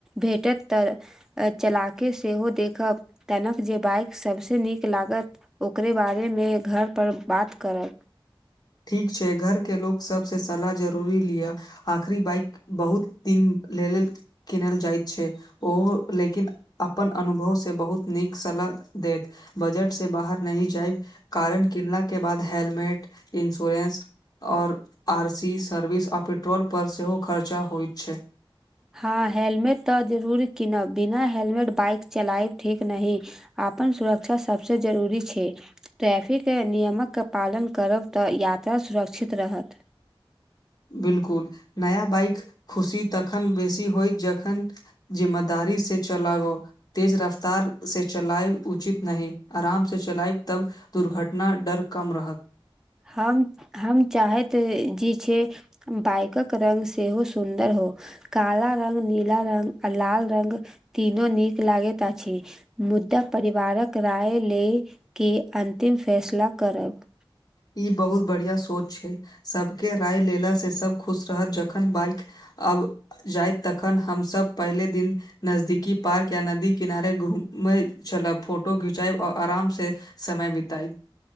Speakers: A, in the centre; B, on the left (about 45°).
A: भेटत तऽ चला केँ सेहो देखब तनक जे बाइक सबसे नीक लागत ओकरे बारेमे घर पर बात करब
B: ठीक छै घर केँ लोग सबसे सलाह जरूरी लिअ आखरी बाइक बहुत दिन लेऽ लेल किनल जाइत छै ओ लेकिन अपन अनुभव से बहुत नीक सलाह देत बजट से बाहर नहि जाइब कारण किनला केँ बाद हेलमेट इन्श्योरेंस और आर सी सर्विस आ पेट्रोल पर सेहो खर्चा होइत छै
A: हँ हेलमेट तऽ जरूर कीनब बिना हेलमेट बाइक चलायब ठीक नही आपन सुरक्षा सबसे जरूरी छै ट्रैफिक नियमक पालन करब तऽ यात्रा सुरक्षित रहत
B: बिलकुल नया बइक खुशी तखन बेसी होइ जखन जिम्मेदारी से चलाबौ तेज रफ्तार से चलाई उचित नहि आराम से चलाईब तब दुर्घटना डर कम रहत
A: हम हम चाहैत जी छै बाइकक रंग सेहो सुन्दर हो काल रंग नीला रंग आ लाल रंग तीनो नीक लागैत अछि मुद्दा परिवारक राय ले केँ अंतिम फैसला करब
B: ई बहुत बढ़िया सोच छै सबकेँ राय लेला से सब खुश रहत जखन बाइक आब जाय तखन हमसब पहिले दिन नजदिकी पार्क या नदी किनारे घूममै चलब फोटो घिचाई और आराम से समय बीताइब